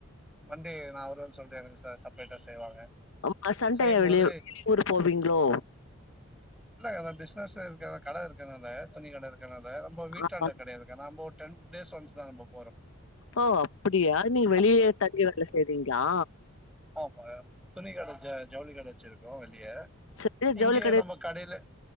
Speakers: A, in the centre; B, on the left.
A: மண்டே நா <unintelligible> சொல்லிட்டு எங்களுக்கு ச செப்ரேட்டா செய்வாங்க
B: ஆமா சண்டைய
A: செய்யும்போது
B: வெளியு வெளிய ஊரு போவீங்களோ
A: அத பிஸ்னஸ் இருக்கனால கடை இருக்கனால துணி கடை இருக்கனா ல நம்ம வீட்டாண்ட
B: ஆமா.
A: கிடையாதுக்க நம்ப டன் டேஸ் ஒன்ஸ் தா போ
B: ஓ அப்படியா நீங்க வெளியே
A: அப்ப
B: தங்கி வேல செய்றீங்களா
A: ஆமா துணிக்கடை ஜ ஜவுளி கடை வச்சிருக்கோ வெளியே
B: சரி ஜவுளி
A: இங்கே நம்ம கடையில